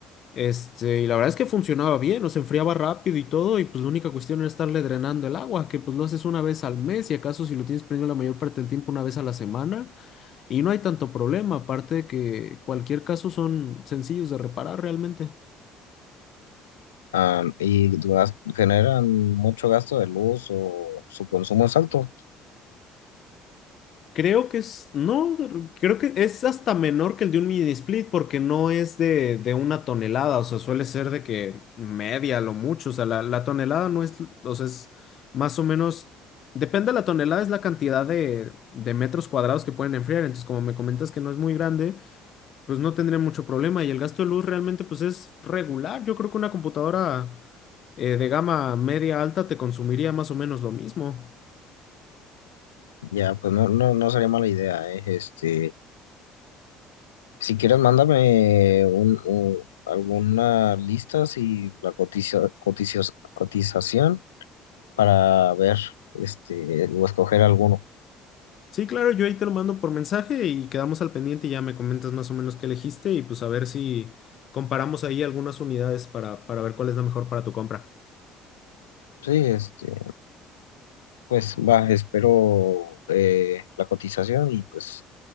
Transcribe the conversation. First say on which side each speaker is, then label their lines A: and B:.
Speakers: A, on the left; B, on the left.
A: este, y la verdad es que funcionaba bien, o se enfriaba rápido y todo, y pues la única cuestión era estarle drenando el agua, que pues lo haces una vez al mes, y acaso si lo tienes prendido la mayor parte del tiempo, una vez a la semana. Y no hay tanto problema, aparte de que cualquier caso son sencillos de reparar realmente.
B: Ah, y gas- generan mucho gasto de luz o su consumo es alto.
A: Creo que es, no, creo que es hasta menor que el de un mini split porque no es de, de una tonelada, o sea, suele ser de que media, lo mucho, o sea, la, la tonelada no es, o sea, es más o menos, depende de la tonelada, es la cantidad de, de metros cuadrados que pueden enfriar, entonces como me comentas que no es muy grande, pues no tendría mucho problema y el gasto de luz realmente pues es regular, yo creo que una computadora... eh, de gama media alta te consumiría más o menos lo mismo.
B: Ya, pues no, no, no sería mala idea, eh, Este. Si quieres, mándame un, u- alguna lista y la cotiza- cotizas- cotización para ver este, o escoger alguno.
A: Sí, claro, yo ahí te lo mando por mensaje y quedamos al pendiente y ya me comentas más o menos qué elegiste y pues a ver si comparamos ahí algunas unidades para, para ver cuál es la mejor para tu compra.
B: Sí, este, pues va, espero eh, la cotización y pues